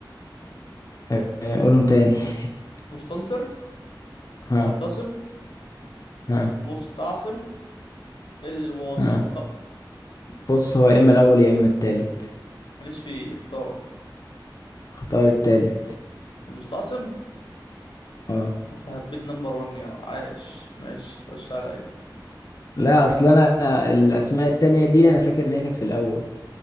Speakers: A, on the left; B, on the left.
A: آه، قولهم تاني <laughs>
B: مستنصر
A: ها
B: معتصم
A: ها
B: مستعصم الواثق
A: ها بص هو يا إما الأول يا إما التالت
B: ماليش فيه اختار
A: اختار التالت
B: المستعصم
A: اه
B: انت هبيت نمبر ون يا عايش ماشي خش عليا
A: لا أصل أنا الأسماء التانية دي أنا فاكر إن هي كانت في الأول